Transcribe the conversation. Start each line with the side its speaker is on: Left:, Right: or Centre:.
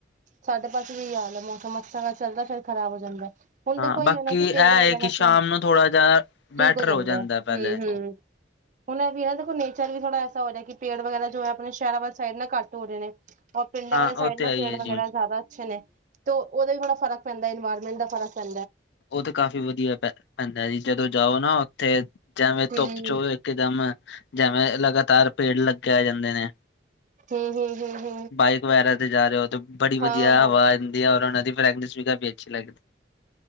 Right: ਸਾਡੇ ਪਾਸੇ ਦਾ ਇਹੀ ਹਾਲ ਹੈ। ਮੌਸਮ ਅੱਛਾ ਚੱਲਦਾ ਫਿਰ ਖਰਾਬ ਹੋ ਜਾਂਦਾ। ਹੁਣ
Left: ਹਾਂ,
Right: ਦੇਖੋ ਇਹੀ
Left: ਬਾਕੀ
Right: ਨਾ ਕਿ
Left: ਇਹ
Right: ਪੇੜ
Left: ਹੈ
Right: ਵਗੈਰਾ
Left: ਕਿ
Right: ਤੇ
Left: ਸ਼ਾਮ ਨੂੰ ਥੋੜ੍ਹਾ ਜਿਹਾ
Right: ਠੀਕ
Left: ਬੈਟਰ ਹੋ ਜਾਂਦਾ
Right: ਹੈ
Left: ਪਹਿਲੇ
Right: ਹਮ ਹਮ
Left: ਤੋਂ <inaudible>
Right: ਹੁਣ ਇਹ ਵੀ ਨਾ ਦੇਖੋ, ਨੇਚਰ ਵੀ ਥੋੜ੍ਹਾ ਐਸਾ ਹੋ ਰਿਹਾ ਕਿ ਪੇੜ ਵਗੈਰਾ ਜੋ ਹੈ ਆਪਣੇ ਸ਼ਹਿਰਾਂ ਵਾਲੇ ਸਾਈਡ ਨਾ ਘੱਟ ਹੋ ਰਹੇ ਨੇ। ਔਰ ਪਿੰਡਾਂ
Left: ਹਾਂ
Right: ਵਾਲੇ ਸਾਈਡ
Left: ਉਹ ਤੇ
Right: ਨਾ
Left: ਆਈ
Right: ਪੇੜ
Left: ਹੈ ਜੀ
Right: ਵਗੈਰਾ ਜ਼ਿਆਦਾ ਅੱਛੇ ਨੇ। ਤੇ ਉਹਦਾ ਹੀ ਬੜਾ ਫਰਕ ਪੈਂਦਾ ਇਨਵਾਇਰਮੈਂਟ ਦਾ ਫਰਕ ਹੈ।
Left: ਉਹ ਤੇ ਕਾਫ਼ੀ ਵਧੀਆ ਪੈ ਪੈਂਦਾ ਜੀ, ਜਦੋਂ ਜਾਓ ਨਾ ਉੱਥੇ ਜੈਵੇ
Right: ਹਮ
Left: ਧੁੱਪ ਚੋ- ਇਕਦਮ ਜਿਵੇਂ ਲਗਾਤਾਰ ਪੇੜ ਲੱਗੇ ਜਾਂਦੇ ਨੇ।
Right: ਹੁੰ-ਹੁੰ-ਹੁੰ-ਹੁੰ
Left: ਬਾਈਕ ਵਗੈਰਾ ਤੇ ਜਾ ਰਹੇ ਹੋ ਤੇ ਬੜੀ ਵਧੀਆ
Right: ਹਾਂ
Left: ਹਵਾ ਆਂਦੀ ਹੈ ਹੋਰ ਉਹਨਾਂ ਦੀ ਪ੍ਰੈਕਟਿਸ ਵੀ ਕਾਫ਼ੀ ਅੱਛੀ ਲੱਗਦੀ